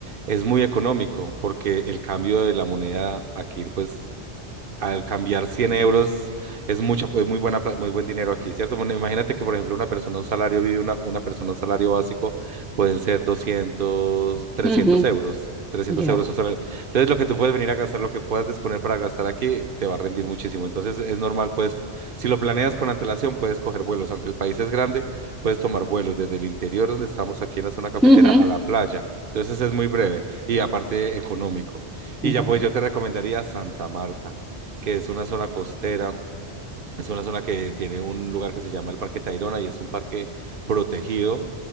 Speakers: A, on the right; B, in the centre.
A: es muy económico porque el cambio de la moneda aquí pues al cambiar 100 euros es mucha, es muy buena, pla- muy buen dinero aquí, ¿cierto? Bueno, imagínate que, por ejemplo, una persona, un salario vive, una, una persona, un salario básico, pueden ser 200 trescientos
B: Ujú,
A: euros. trescientos
B: Ya.
A: euros un salario. Entonces, lo que tú puedes venir a gastar, lo que puedas disponer para gastar aquí, te va a rendir muchísimo. Entonces, es normal, puedes, si lo planeas con antelación, puedes coger vuelos. Aunque el país es grande, puedes tomar vuelos desde el interior, donde estamos aquí en la zona cafetera,
B: Ujú.
A: a la playa. Entonces, es muy breve y aparte económico.
B: Bueno,
A: Y ya, pues, yo te recomendaría Santa Marta que es una zona costera, es una zona que tiene un lugar que se llama el Parque Tayrona y es un parque protegido